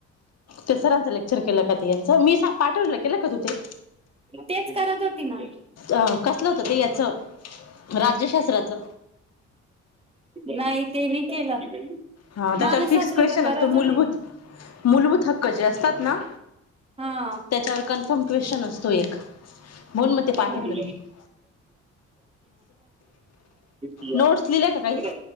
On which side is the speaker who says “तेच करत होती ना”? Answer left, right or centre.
Right